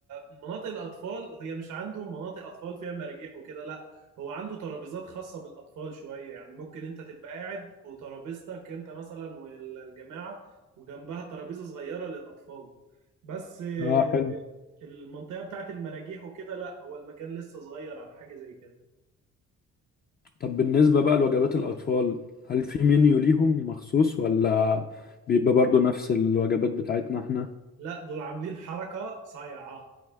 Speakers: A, on the right; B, on the left.
A: مناطق الاطفال هي مش عنده مناطق اطفال فيها مراجيح وكده لا هو عنده ترابيزات خاصه بالاطفال شويه يعني ممكن انت تبقى قاعد وترابيزتك انت مثلا والجماعه وجنبها ترابيزه صغيره للاطفال بس آه،
B: اه حلو
A: المنطقه بتاعت المراجيح وكده لا هو المكان لسه صغير على حاجه زي كده
B: طب بالنسبة بقى لوجبات الأطفال هل في منيو ليهم مخصوص ولا بيبقى برضو نفس الوجبات بتاعتنا احنا؟
A: لا دول عاملين حركه صايعه